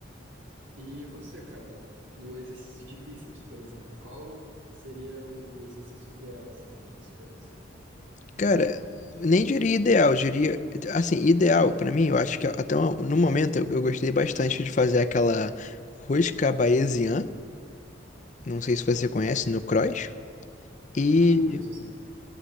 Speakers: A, on the right (about 75°); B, on the left (about 40°).
A: E você, cara, no exercício de bíceps, por exemplo, qual seria o, o exercício ideal, assim, fixo pra você?
B: Cara, nem diria ideal, diria. Assim, ideal, pra mim, eu acho que até o- no momento eu, eu gostei bastante de fazer aquela rosca parisiana. Não sei se você conhece, no cross. E,
A: Ah, conheço assim,